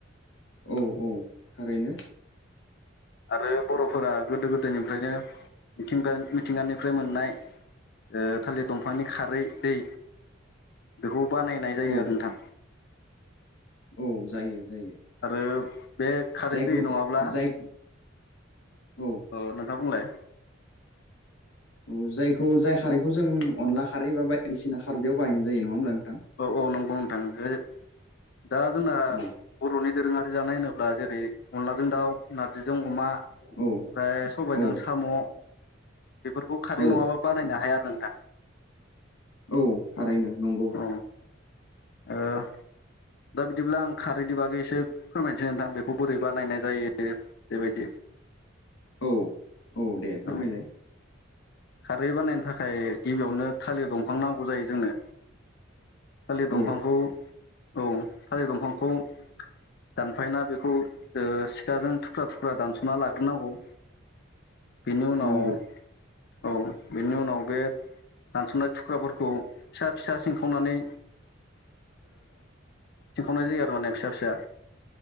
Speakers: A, on the left; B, on the left.
A: औ औ थारैनो
B: आरो बर'फोरा गोदो गोदायनिफ्रायनो मिथिंगानि मिथिंगानिफ्राय मोननाय ओ थालिर दंफांनि खारै दै बेखौ बानायनाय जायो
A: औ
B: आरो नोंथां।
A: औ जायो जायो।
B: आरो बे खारै
A: जायखौ
B: दै नङाब्ला
A: जाय औ औ
B: ओ नोंथां बुंलाय
A: औ जायखौ जाय खारैखौ जों अनला खारै बा बायदिसिना खारदैयाव बाहायनाय जायो नङा होमब्ला नोंथां
B: औ औ नंगौ नोंथां जे दा जोंना
A: औ
B: बर'नि दोरोङारि जानाय होनोब्ला जेरै अनलाजों दाउ नारजिजों अमा ओमफ्राय
A: औ
B: सबाइजों
A: औ
B: साम' बेफोरखौ खारै
A: औ
B: नङाबा बानायनो हाया आरो नोंथां।
A: औ थारैनो नंगौ।
B: औ ओ
A: <inaudible>
B: दा बिदिब्ला आं खारैनि बागै एसे फोरमायनोसै नोंथां बेखौ बोरै बानायनाय जायो। बेबायदि
A: औ औ दे फोरमायलाय
B: औ खारै बानायनो थाखाय गिबियावनो थालिर दंफां नांगौ जायो जोंनो थालिर दंफांखौ
A: औ
B: औ थालिर दंफांखौ दानफायना बेखौ सिखाजों थुख्रा थुख्रा दानस'ना लाग्रोनांगौ
A: <inaudible>
B: बेनि उनाव
A: नांगौ
B: औ बेनि उनाव बे दानस'नाय थुख्राफोरखौ फिसा फिसा सिंखावनानै सिनखावनाय जायो आरो माने फिसा फिसा